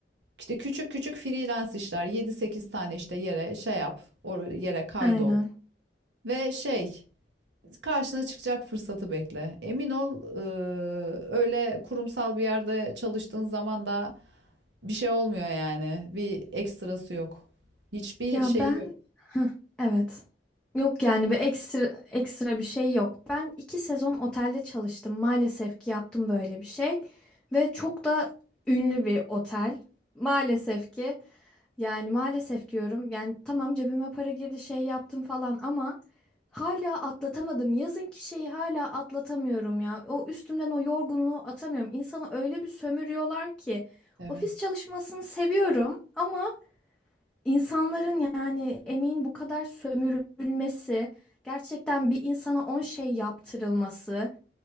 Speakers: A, on the right; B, in the centre.
A: İşte küçük küçük freelance işler. 7-8 tane işte yere şey yap. O yere kaydol.
B: Aynen.
A: Ve şey karşına çıkacak fırsatı bekle. Emin ol, eee, öyle kurumsal bir yerde çalıştığın zaman da bir şey olmuyor yani. Bir ekstrası yok. Hiçbir
B: Ya
A: şeyi
B: ben
A: yok.
B: Heh, evet. Yok yani bir ekstra ekstra bir şey yok. Ben iki sezon otelde çalıştım. Maalesef ki yaptım böyle bir şey. Ve çok da ünlü bir otel. Maalesef ki yani maalesef diyorum. Yani tamam cebime para girdi şey yaptım falan ama hala atlatamadım. yazınki şeyi hala atlatamıyorum ya. O üstümden o yorgunluğu atamıyorum. İnsanı öyle bir sömürüyorlar ki.
A: Evet.
B: Ofis çalışmasını seviyorum ama İnsanların yani emeğin bu kadar sömürülmesi, gerçekten bir insana 10 şey yaptırılması,